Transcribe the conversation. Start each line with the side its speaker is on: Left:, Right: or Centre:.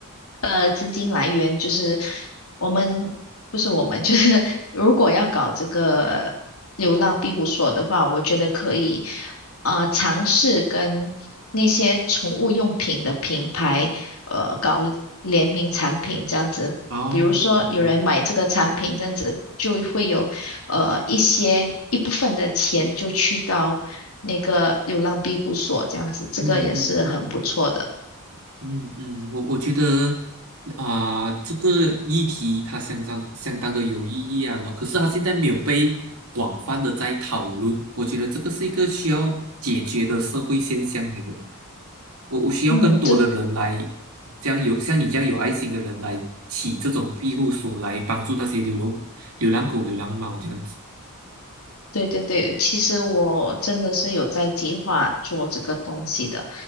Left: 呃资金来源，就是我们不是我们，就是 <laughs> 如果要搞这个流浪庇护所的话，我觉得可以呃尝试跟那些宠物用品的品牌。呃搞联名产品这样子，
Right: 哦哦，
Left: 比如说有人买这个产品这样子，就会有呃一些一部分的钱就去到那个流浪庇护所这样子，这个也是很不错的。
Right: 嗯嗯嗯。嗯嗯，我我觉得啊、这个议题它相当相当的有意义啊，然后可是它现在没有被广泛的在讨论，我觉得这个是一个需要解决的社会现象来的。我我需要更多的人来，
Left: 嗯，这
Right: 这样有像你这样有爱心的人来起这种庇护所，来帮助那些流浪流浪狗、流浪猫这样子。
Left: 对对对，其实我真的是有在计划做这个东西的。